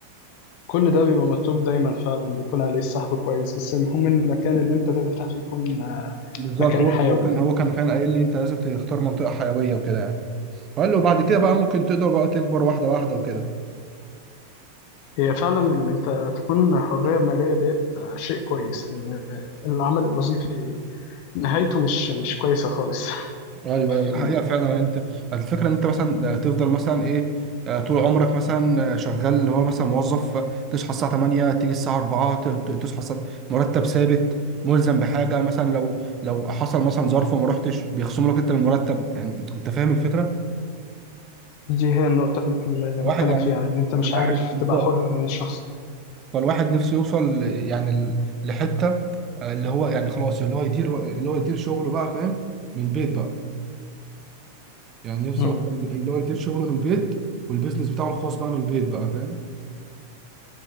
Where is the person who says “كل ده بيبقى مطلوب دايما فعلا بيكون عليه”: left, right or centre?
Left